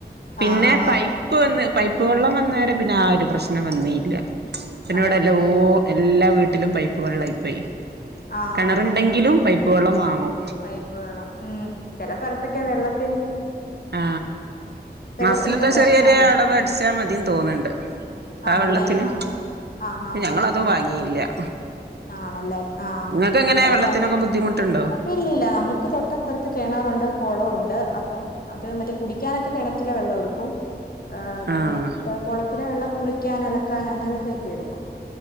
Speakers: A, on the right; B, on the left.
A: പിന്നെ
B: ആഹ് ആഹ്
A: പയ്
B: ആഹ്
A: പ്പ് വന്ന് പൈപ്പ് വെള്ളം വന്നേരെ പിന്നെ ആ ഒരു പ്രശ്നം വന്നീല്ല പിന്നോടെല്ലാം
B: ആഹ് ഇല്ലല്ലേ
A: ഓ എല്ലാ വീട്ടിലും പൈപ്പ് വെള്ളാമായിപ്പോയി
B: ആഹ്
A: കിണറൻ ണ്ടെങ്കിലും പൈപ്പ് വെള്ളം വാങ്ങും
B: പൈപ്പ് വെളളം മ്മ് ചില സ്ഥലത്തൊക്കെ വെള്ളത്തിൽ
A: ആ
B: വെള്ളത്തിനൊക്കെ
A: മാസത്തിൽ ന്താ
B: പ്രശ്നമാണല്ലോ
A: ചെറിയൊരു അടവ് അടിച്ചാ മതിന്ന് തോന്ന്ണ്ട് ആ
B: ആണല്ലേ
A: വെള്ളത്തിന്
B: ആഹ് ആഹ് ആഹ്
A: ഞങ്ങളതു
B: ആഹ് ആഹ്
A: വാങ്ങിയില്ല
B: ആണല്ലേ ആഹ
A: ഇങ്ങക്കെങ്ങനെ
B: ചില
A: വെള്ളത്തിനൊക്കെ
B: സല
A: ബുദ്ധിമുട്ടുണ്ടോ
B: <unintelligible> ഇല്ലില്ല നമുക്ക് തൊട്ടപ്പുറത്ത് കിണർ ഉണ്ട് കുളം ഉണ്ട് അപ്പം അത് വന്നിട്ട് കുടിക്കാനൊക്കെ കിണറ്റിലെ വെള്ളം എടുക്കും ആ
A: ആഹ്
B: പിന്നെ കുളത്തിലെ വെള്ളം കുളിക്കാൻ അലക്കാൻ അങ്ങനത്തെൊക്കെ എടുക്കും